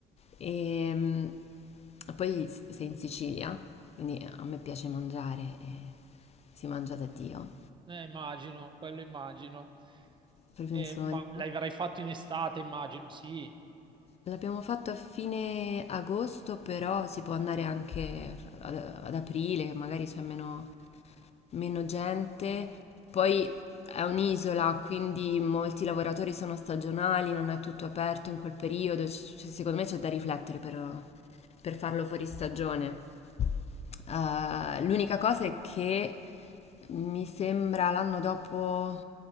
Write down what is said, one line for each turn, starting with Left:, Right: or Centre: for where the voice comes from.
Left: E mm, poi s- sei in Sicilia, quindi a me piace mangiare e si mangia da Dio,
Right: Eh, immagino, quello immagino.
Left: è proprio
Right: Eh,
Left: un sogno.
Right: ma l'avrai fatto in estate, immagino, sì.
Left: L'abbiamo fatto a fine agosto, però si può andare anche ad, ad aprile, che magari c'è meno, meno gente. Poi è un'isola, quindi molti lavoratori sono stagionali, non è tutto aperto in quel periodo. C- c- secondo me c'è da riflettere per, per farlo fuori stagione. Eh, l'unica cosa è che mi sembra l'anno dopo,